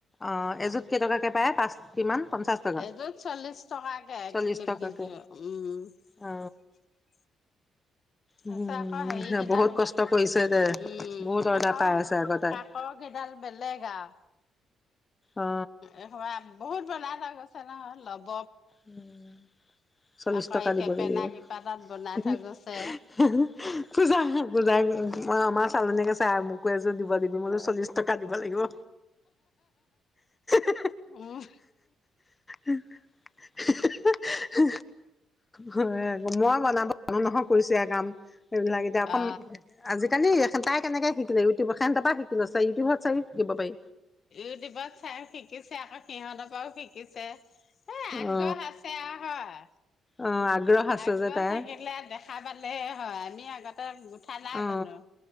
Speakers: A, on the left (about 20°); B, on the left (about 55°).
A: অহ, এজোৰ কেইটকাকে পায়, পাঁচ কিমান? পঞ্চাশ টকা
B: এজোৰ চল্লিশ টকাকে
A: চল্লিশ
B: ক্লিপ
A: টকাকে
B: কিযোৰ, উম।
A: অ
B: তাৰ
A: উম
B: পিছত আকৌ হেৰি কেইডাল
A: বহুত কষ্ট কৰিছে দে
B: উম,
A: বহুত অৰ্ডাৰ
B: আকৌ
A: পাই আছে আকৌ তাই
B: কাকৰ কেইডাল বেলেগ আৰু।
A: অ
B: এসোপা বহুত বনাবা গছ চে নহয়। লভ-
A: উম চল্লিশ
B: আকৌ
A: টকা
B: এই
A: দিব
B: কেপেনা
A: লাগিব।
B: কেইপাতাত বনাই
A: হি‌
B: থৈ
A: হি,
B: গৈছে
A: হি‌ হি, পূজা হি পূজা শ, মই আমাৰ- চালনীকে চাই, আৰু মোকো এজোৰ দিব দিবি, মই বোলোঁ চল্লিশ ট- কা দিব লাগিব। হি হি
B: উম
A: হি, হি হি, হি। হি হি হি হি। হয় আক- মই বনাব য-নো নহয় কৰিছ এতিয়া কাম এইবিলাক এতিয়া অকম,
B: অ
A: আজিকালি- খান তাই কেনেকে শিকিলে ইউটিউব খান, তাৰ পৰা শিকি লৈছে। ইউটিউব চাই শিকিব পাৰি।
B: ইউটিউব চাই শিকিছে, আকৌ সিহঁতৰ পৰাও শিকিছে। এ আগ্ৰহ
A: অ
B: আছে আও হয়।
A: অ', আছে
B: আগ্ৰহ
A: যে তাইৰ
B: থাকিলে দেখা পালেই হয়। আমি আগতে গুঁঠা নাই
A: অ
B: জানো